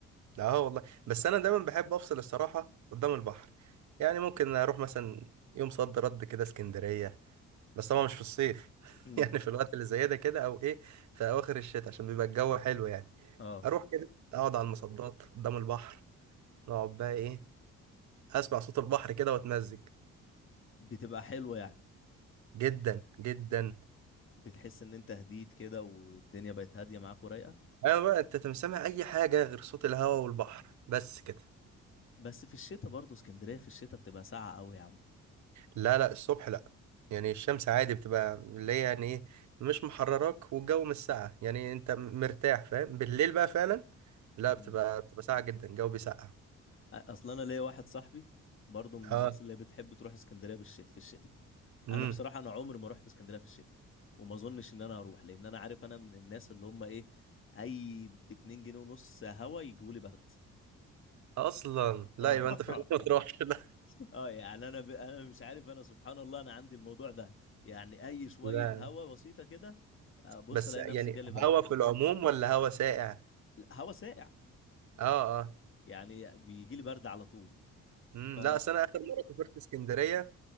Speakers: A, on the right (about 70°); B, on the left (about 45°).
A: لا اه والله بس انا دايما بحب افصل الصراحه قدام البحر يعني ممكن اروح مثلا يوم صد رد كده اسكندريه بس طبعا مش في الصيف <laughs>
B: امم
A: يعني في الوقت اللي زي ده كده او ايه في اواخر الشتاء عشان بيبقى الجو حلو يعني
B: اه
A: اروح كده اقعد على المصدات قدام البحر نقعد بقى ايه اسمع صوت البحر كده واتمزج
B: بتبقى حلوه يعني
A: جدا جدا
B: بتحس ان انت هديت كده والدنيا بقت هاديه معاك ورايقه
A: انا بقى انت تسمع اي حاجه غير صوت الهواء والبحر بس كده
B: بس في الشتاء برضه اسكندريه في الشتاء بتبقى ساقعه قوي يا
A: لا لا الصبح لا يعني الشمس عادي بتبقى اللي هي يعني ايه مش محرراك والجو مش ساقع يعني انت مرتاح فاهم بالليل بقى فعلا لا
B: عم
A: بتبقى بتبقى ساقعه جدا الجو بيسقع
B: اصل انا ليا واحد صاحبي برضه من
A: اه
B: الناس اللي بتحب تروح اسكندريه بالش... في الشتاء
A: امم
B: انا بصراحه انا عمري ما رحت اسكندريه في الشتاء وما اظنش ان انا هروح لان انا عارف انا من الناس اللي هم ايه اي ب 2 جنيه ونص هوا يجوا لي برد
A: اصلا لا
B: اه
A: يبقى انت فعلا <laughs> ما
B: <laughs>
A: تروحش لا
B: اه يعني انا ب... انا مش عارف انا سبحان الله انا عندي الموضوع ده يعني اي شويه
A: لا
B: هوا بسيطه كده بص
A: بس
B: الاقي
A: يعني
B: نفسي جالي برد
A: هوا في العموم ولا هوا ساقع
B: هوا ساقع
A: اه اه
B: يعني بيجي لي برد على طول
A: امم
B: ف
A: لا اصل انا اخر مره سافرت اسكندريه